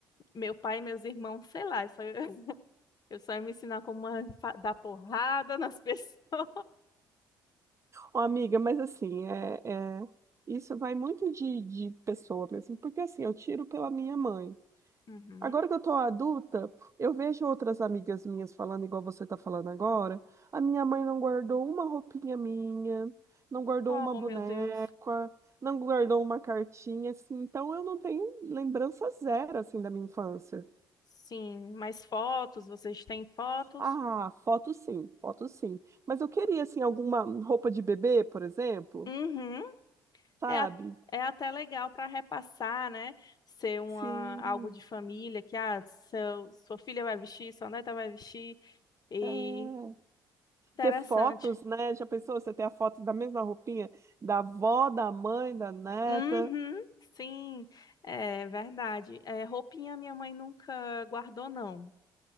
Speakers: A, on the left; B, on the right.
A: meu pai e meus irmãos, sei lá, é só eu, <laughs> eu só ia me ensinar como a fa- dar porrada nas <laughs> pessoas.
B: Ó, amiga, mas assim, é, é- isso vai muito de, de pessoa mesmo, porque assim, eu tiro pela minha mãe.
A: Uhum.
B: Agora que eu tô adulta, eu vejo outras amigas minhas falando igual você tá falando agora. A minha mãe não guardou uma roupinha minha, não guardou
A: Oh,
B: uma boneca,
A: meu Deus.
B: não guardou uma cartinha, assim. Então eu não tenho lembrança zero, assim, da minha infância.
A: Sim, mais fotos, vocês têm fotos?
B: Ah, foto sim, foto sim. Mas eu queria, assim, alguma roupa de bebê, por exemplo,
A: Uhum.
B: sabe?
A: É, a- é até legal para repassar, né? Ser uma,
B: Sim.
A: algo de família, que ah, seu, sua filha vai vestir, sua neta vai vestir, e
B: É,
A: interessante.
B: ter fotos, né? Já pensou você ter a foto da mesma roupinha da avó, da mãe, da neta?
A: Uhum, sim, é verdade. É, roupinha minha mãe nunca guardou, não.